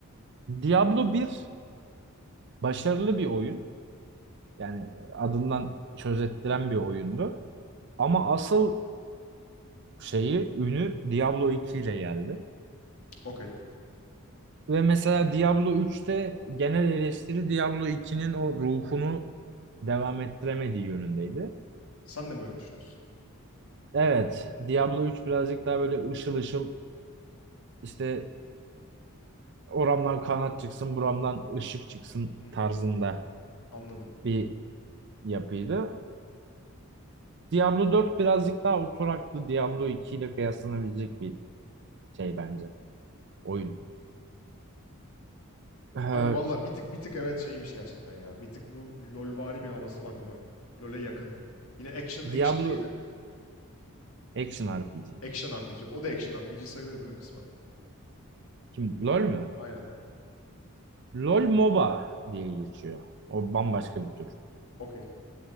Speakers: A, on the right; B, on the left.
A: Diablo bir başarılı bir oyun. Yani adından söz ettiren bir oyundu. Ama asıl şeyi ünü Diablo 2 ile geldi.
B: Okey.
A: Ve mesela Diablo 3'te genel eleştiri Diablo 2'nin o ruhunu devam ettiremediği yönündeydi.
B: Sen de mi öyle düşünüyorsun?
A: Evet, Diablo 3 birazcık daha böyle ışıl ışıl işte oramdan kanat çıksın, buramdan ışık çıksın
B: Hmm,
A: tarzında
B: anladım.
A: bir yapıydı. Diablo 4 birazcık daha oturaklı Diablo 2 ile kıyaslanabilecek bir şey bence oyun. Ee,
B: Abi valla bir tık bir tık evet şeymiş gerçekten ya. Bir tık bu LoLvari bir havası var değil mi? LoL'e yakın. Yine action
A: Diablo
B: action neydi?
A: Action RPG.
B: Action RPG. O da action RPG sayılır değil mi kısmen?
A: Kim? LoL mü?
B: Aynen.
A: LoL MOBA diye geçiyor. O bambaşka bir tür.
B: Okey.